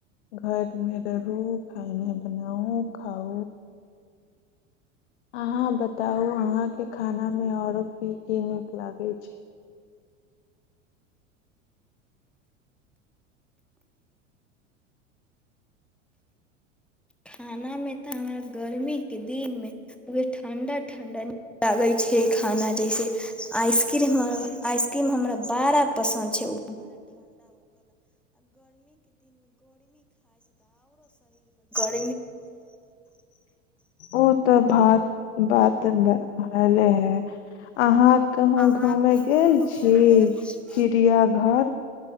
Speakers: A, on the left (about 60°); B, in the centre.
A: घर मे रहु खाना बनाउ खाउ अहाँ बताउ अहाँके खाना में ओरो की की निक लागे छै
B: खानामे तऽ हमरा गर्मीके दिनमे ठण्डा-ठण्डा लागै छै खाना जैसे आइस्क्रिम आइस्क्रिम हमरा बड़ा पसन्द छै। <unintelligible> <unintelligible> <unintelligible>
A: ओ तऽ भात बात हले हे अहाँ कहूँ
B: अहाँके
A: घूमे गेल
B: <unintelligible>
A: छी
B: गेल छी
A: चिड़िया घर